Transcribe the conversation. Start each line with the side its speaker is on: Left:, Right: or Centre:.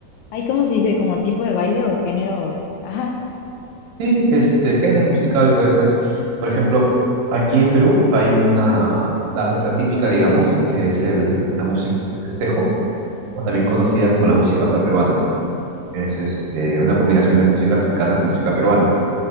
Left: ay, ¿cómo se dice? ¿Como tipo de baile o género? Ajá,
Right: Sí, este género musical puede ser. Por ejemplo, aquí en Perú hay una danza típica, digamos, que es el, la música festejo, o también conocida como la música afroperuana. Es este, una combinación de música africana con música peruana.